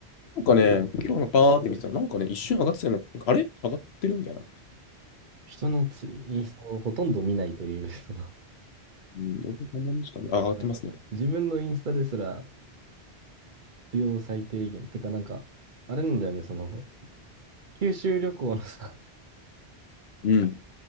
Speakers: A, on the left; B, on the right.
A: なんかね、今日のバーって見てたら、なんかね、一瞬上がってたよね。なんかあれ上がってるみたいな。
B: 人のツイインスタをほとんど見ないという、<laughs> その、あ
A: うん、俺もこんなもんしか見あ、上がってますね。
B: の、自分のインスタですら必要最低限。てかなんか、あれなんだよね、その、九州旅行のさ、
A: うん。